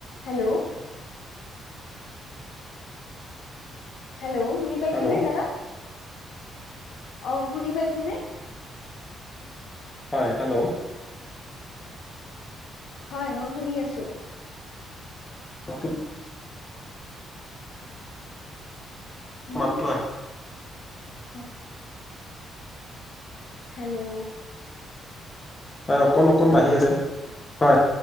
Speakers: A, on the left (about 75°); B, on the left (about 25°).
A: Hello hello শুনি পাইছেনে
B: hello
A: দাদা? অঁ, শুনি পাইছে নে?
B: হয়, হেল্লৌ'।
A: হয়, মই শুনি আছোঁ।
B: অঁ কিত-
A: উম,
B: মাতটো আহ-
A: <unintelligible> হেল্লৌ'।
B: হয়, অকন অকন ভাগি আছে। হয়